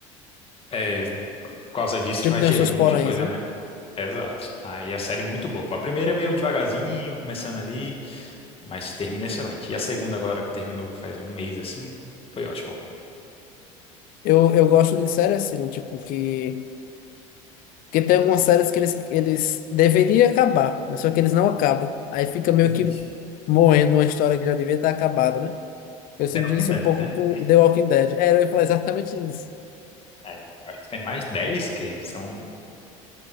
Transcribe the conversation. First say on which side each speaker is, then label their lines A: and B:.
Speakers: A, on the left; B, on the left.
A: é, por causa disso,
B: Tipo,
A: vai
B: tem
A: gerando
B: os seus poréns,
A: um monte de coisa,
B: né?
A: né? Exato. Aí a série é muito boa. Pô, A primeira é meio devagarzinho, começando ali, mas termina excelente. E a segunda, agora que terminou faz um mês assim, foi ótima, pô.
B: Eu, eu gosto de série assim, tipo, que Porque tem algumas séries que eles, eles deveriam acabar, mas só que eles não acabam. Aí fica meio
A: Ixi.
B: que morrendo uma história que já devia estar acabada, né? Eu senti
A: The Walking
B: isso
A: Dead,
B: um pouco
A: né?
B: com The Walking Dead. É, eu ia falar exatamente isso.
A: É, pô, acho que tem mais 10 que são.